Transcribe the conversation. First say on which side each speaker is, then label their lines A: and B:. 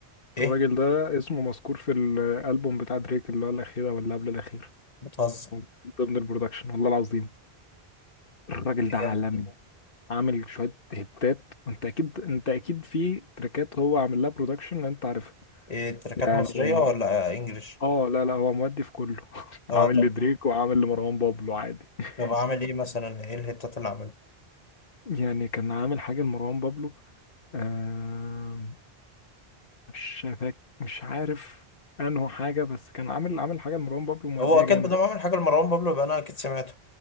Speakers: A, on the left (about 40°); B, on the left (about 60°).
A: ايه
B: الراجل ده اسمه مذكور في الالبوم بتاع دريك اللي هو الاخير او اللي قبل الاخير
A: بتهزر
B: من ضمن البرودكشن والله العظيم الراجل
A: ده
B: ده
A: جامد
B: عالمي
A: ده
B: عامل شويه هتات انت اكيد انت اكيد في تراكات هو عامل لها برودكشن انت عارفها
A: ايه تراكات
B: يعني
A: مصريه ولا انجليش
B: اه لا لا هو مودي في كله <laughs> عامل
A: اه طب
B: لدريك وعامل لمروان بابلو عادي <laughs>
A: طب عامل ايه مثلا ايه الهيتات اللي عاملها
B: يعني كان عامل حاجه لمروان بابلو آه مش فاك مش عارف انه حاجه بس كان عامل عامل حاجه لمروان بابلو موديه
A: هو اكيد
B: جامد
A: بدل ما عمل حاجه لمروان بابلو يبقى انا اكيد سمعته